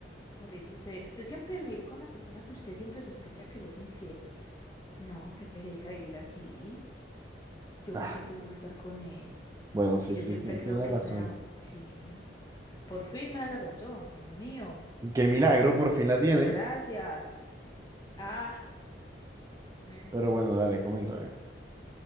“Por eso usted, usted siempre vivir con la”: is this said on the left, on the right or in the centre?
Left